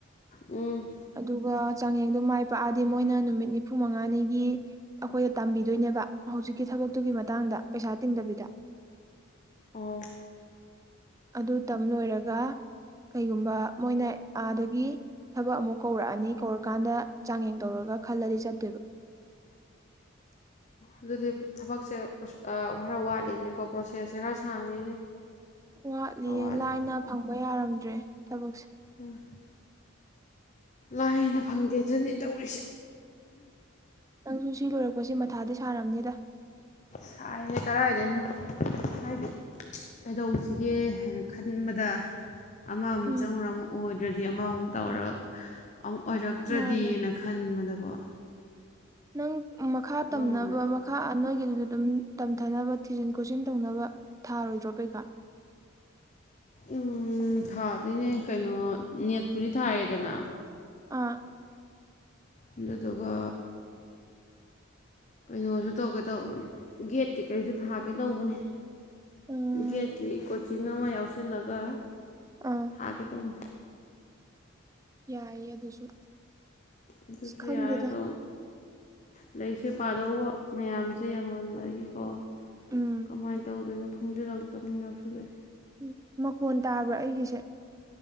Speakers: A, on the left (about 35°); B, on the right (about 15°).
A: ꯎꯝ
B: ꯑꯗꯨꯒ ꯆꯥꯡꯌꯦꯡꯗꯣ ꯃꯥꯏ ꯄꯥꯛꯑꯗꯤ ꯃꯣꯏꯅ ꯅꯨꯃꯤꯠ ꯅꯤꯐꯨ ꯃꯉꯥꯅꯤꯒꯤ ꯑꯩꯈꯣꯏꯗ ꯇꯝꯕꯤꯗꯣꯏꯅꯦꯕ ꯍꯧꯖꯤꯛꯀꯤ ꯊꯕꯛꯇꯨꯒꯤ ꯃꯇꯥꯡꯗ ꯄꯩꯁꯥ ꯇꯤꯡꯗꯕꯤꯗ
A: ꯑꯣ
B: ꯑꯗꯨ ꯇꯝ ꯂꯣꯏꯔꯒ ꯀꯩꯒꯨꯝꯕ ꯃꯣꯏꯅ ꯑꯥꯗꯒꯤ ꯊꯕꯛ ꯑꯃꯨꯛ ꯀꯧꯔꯛꯑꯅꯤ ꯀꯧꯔꯀꯥꯟꯗ ꯆꯥꯡꯌꯦꯡ ꯇꯧꯔꯒ ꯈꯜꯂꯗꯤ ꯆꯠꯇꯣꯏꯕ <inaudible>
A: ꯑꯗꯨꯗꯤ ꯊꯕꯛꯁꯦ ꯑꯥ ꯈꯔ ꯋꯥꯠꯂꯤꯅꯦꯀꯣ ꯄ꯭ꯔꯣꯁꯦꯁꯁꯦ ꯈꯔ ꯁꯥꯡꯉꯤꯅꯦ
B: ꯋꯥꯠꯂꯤꯌꯦ
A: ꯈꯔ ꯋꯥꯠꯂꯤ
B: ꯂꯥꯏꯅ ꯐꯪꯕ ꯌꯥꯔꯝꯗ꯭ꯔꯦ ꯊꯕꯛꯁꯦ
A: ꯎꯝ ꯂꯥꯏꯅ ꯐꯪꯗꯦꯗꯨꯅꯤ ꯇꯧꯔꯤꯁꯦ
B: ꯅꯪꯁꯨ ꯁꯤ ꯂꯣꯏꯔꯛꯄꯁꯤ ꯃꯊꯥꯗꯤ ꯁꯥꯔꯕꯝꯅꯤꯗ
A: ꯁꯥꯏꯍꯦ ꯀꯔꯥꯏꯗꯩꯅꯣ ꯍꯥꯏꯗꯤ ꯀꯩꯗꯧꯁꯤꯒꯦ ꯍꯥꯏꯅ ꯈꯟꯕꯗ ꯑꯃꯃꯨꯛ
B: ꯎꯝ
A: ꯆꯪꯉꯨꯔ ꯑꯃꯨꯛ ꯑꯣꯏꯗ꯭ꯔꯗꯤ ꯑꯃꯃꯨꯛ ꯇꯧꯔ ꯑꯃꯨꯛ ꯑꯣꯏꯔꯛꯇ꯭ꯔꯗꯤꯅ
B: ꯃꯥꯅꯦ
A: ꯈꯟꯕꯗꯀꯣ
B: ꯅꯪ ꯃꯈꯥ
A: ꯑꯃꯃꯨꯛ
B: ꯇꯝꯅꯕ ꯃꯈꯥ ꯅꯣꯏꯒꯤꯗꯨꯗ ꯑꯗꯨꯝ ꯇꯝꯊꯅꯕ ꯊꯤꯖꯤꯟ ꯈꯣꯠꯆꯤꯟ ꯇꯧꯅꯕ ꯊꯥꯔꯣꯏꯗ꯭ꯔꯣ ꯀꯩꯀꯥ
A: ꯎꯝ ꯊꯥꯗꯣꯏꯅꯦ ꯀꯩꯅꯣ ꯅꯦꯠꯄꯨꯔꯤ ꯊꯥꯏꯌꯦꯗꯅ
B: ꯑꯥ
A: ꯑꯗꯨꯗꯨꯒ ꯀꯩꯅꯣꯁꯨ ꯇꯧꯒꯦ ꯇꯧꯕꯅꯦ ꯒꯦꯠ ꯀꯩ ꯀꯩꯖꯄ ꯊꯥꯒꯦ ꯇꯧꯕꯅꯦ
B: ꯎꯝ
A: ꯒꯦꯠꯀꯤ ꯀꯣꯆꯤꯡ ꯑꯃ ꯌꯥꯎꯁꯤꯜꯂꯒ
B: ꯑꯥ
A: ꯊꯥꯒꯦꯇꯧꯅꯤ
B: ꯌꯥꯏꯌꯦ ꯑꯗꯨꯁꯨ
A: ꯑꯗꯨꯁꯨ
B: ꯑꯁ ꯈꯪꯗꯦꯗ
A: ꯌꯥꯏ ꯑꯗꯣ ꯂꯩꯥꯏꯔꯤꯛꯁꯦ ꯄꯥꯗꯧꯕ ꯃꯌꯥꯝꯖꯦ ꯌꯥꯝꯃꯟ ꯑꯗꯒꯤꯀꯣ
B: ꯎꯝ
A: ꯀꯃꯥꯏꯅ ꯇꯧꯗꯣꯏꯅꯣ ꯈꯪꯖꯤꯜꯂꯛꯇꯕ ꯑꯃ ꯌꯥꯎꯁꯤꯜꯂꯛꯑꯦ
B: ꯎꯝ ꯃꯈꯣꯟ ꯇꯥꯕ꯭ꯔꯥ ꯑꯩꯒꯤꯁꯦ